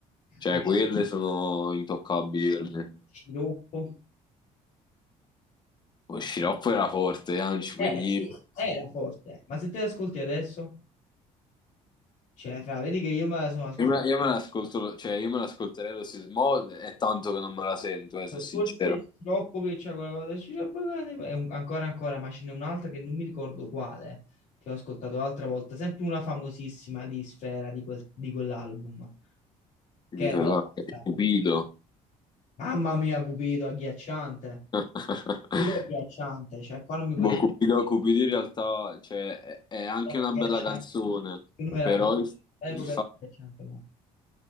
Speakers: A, on the left (about 30°); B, on the left (about 60°).
A: Cioè,
B: Tipo,
A: quelle sono intoccabili per me.
B: Sciroppo.
A: Lo sciroppo era forte, eh, non ci
B: Eh
A: puoi dire.
B: sì, Era forte, ma se te le ascolti adesso, cioè, fra, vedi che io me la sono ascoltata.
A: Io me, io me l'ascolto, lo- cioè, io me l'ascolterei lo stesso, mo è tanto che non me la sento, eh, sono sincero.
B: Forse dopo che c'è quella cosa, il Sciroppo Cane, è un- ancora ancora, ma ce n'è un'altra che non mi ricordo quale, che ho ascoltato l'altra volta, sempre una famosissima di Sfera di, quel- di quell'album,
A: Dico,
B: che era
A: guarda,
B: Rockstar.
A: è stupido.
B: Mamma mia, Cupido, agghiacciante.
A: <laughs>
B: Cupido agghiacciante, cioè qua non mi puoi
A: Boh,
B: dire
A: Cupido, Cupido in realtà cioè, è è anche
B: era
A: una
B: agghiacciante.
A: bella canzone,
B: Il numero era
A: però
B: agghiacciante,
A: il,
B: all'epoca
A: il fatto,
B: era agghiacciante, no.